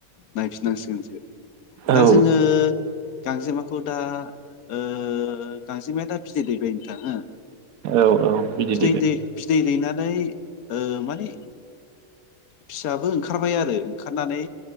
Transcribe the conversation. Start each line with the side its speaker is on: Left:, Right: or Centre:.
Left: नायफिननांसिगोनसो दा
Right: औ
Left: जोङो गांजेमाखौ दा ओ गांजेमाया दा बिदै दैबाय नोंथां हो
Right: औ औ बिदि
Left: बिदै
Right: देबाय
Left: दै बिदै दैनानै ओ माने फिसाबो ओंखा खारबाय आरो ओंखारनानै